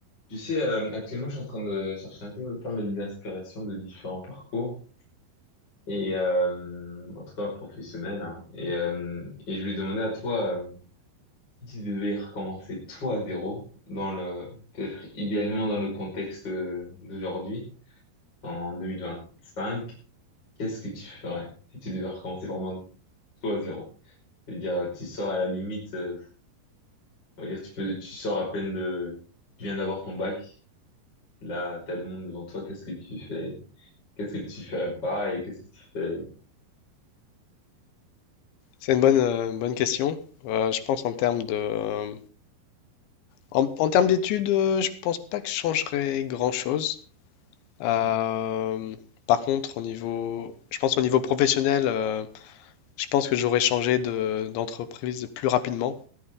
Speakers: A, on the left; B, on the left.
A: Tu sais, euh, actuellement, je suis en train de chercher un peu pas mal d'inspiration de différents parcours, et euh, en tout cas professionnels. hein. Et, euh, et je voulais demander à toi, euh, si tu devais recommencer toi à zéro, dans le, peut-être idéalement dans le contexte euh, d'aujourd'hui, en 2025, qu'est-ce que tu ferais si tu devais recommencer vraiment toi à zéro? C'est-à-dire, tu sors à la limite, euh, on va dire, tu peux, tu sors à peine de, tu viens d'avoir ton bac, là, t'as le monde devant toi, qu'est-ce que tu fais? Qu'est-ce que tu ferais pas et qu'est-ce que tu fais?
B: C'est une bonne, euh, une bonne question. Euh, je pense en termes de, en, en termes d'études, euh, je pense pas que je changerais grand-chose. Euh,
A: Mhm.
B: par contre, au niveau, je pense au niveau professionnel, euh, je pense que j'aurais changé de, d'entreprise plus rapidement.